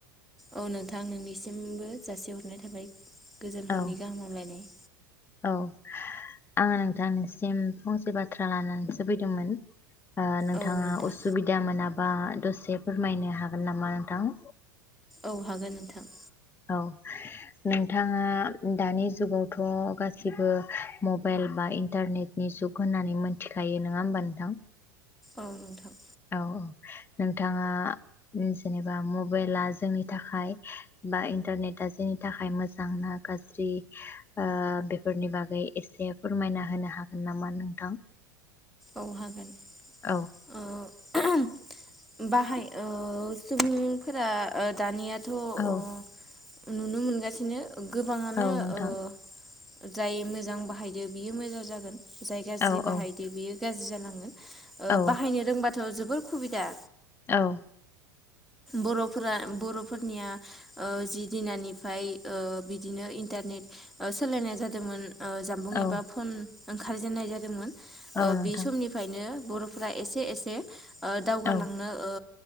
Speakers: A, in the centre; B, on the left.
A: औ नोंथां नोंनिसिमबो जासेहरनाय थाबाय गोजोन हरनि
B: औ
A: गाहाम हामलायनाय
B: औ आङो नोंथांनिसिम फंसे बाथ्रा लानानैसो फैदोंमोन। ओ नोंथाङा
A: औ नोंथां
B: असुबिदा मोनाब बा दसे फोरमायनो हागोन नामा नोंथां?
A: औ हागोन नोंथां।
B: औ नोंथाङा दानि जुगावथ' गासिबो मबाइल बा इन्टारनेटनि जुग होननानै मोनथिखायो नङा होमबा नोंथां?
A: औ नोंथां।
B: औ नोंथाङा जेनेबा मबाइला जोंनि थाखाय बा इन्टारनेटा जोंनि थाखाय मोजांना गाज्रि ओ बेफोरनि बागै एसे फोरमायना होनो हागोन नामा नोंथां?
A: औ हागोन
B: औ
A: ओ बाहाय ओ सुबुंफोरा ओ दानियाथ'
B: औ
A: अ नुनो मोनगासिनो गोबाङानो
B: औ नोंथां
A: ओ जाय मोजां बाहायदो बियो मोजां जागोन। जाय गाज्रि
B: औ
A: बाहायदो
B: औ
A: बियो गाज्रि जालांगोन। ओ
B: औ
A: बाहायनो रोंबा थ' जोबोर खुबिदा
B: औ
A: बर'फोरा बर'फोरनिया ओ जि दिनानिफ्राय ओ बिदिनो इन्टारनेट ओ सोलायनाय जादोमोन। ओ जानबुं
B: औ
A: एबा फन ओंखारजेननाय जादोंमोन ओ
B: औ नोंथां
A: बे समनिफ्रायनो बर'फ्रा एसे एसे ओ दावगालांनो
B: औ
A: ओ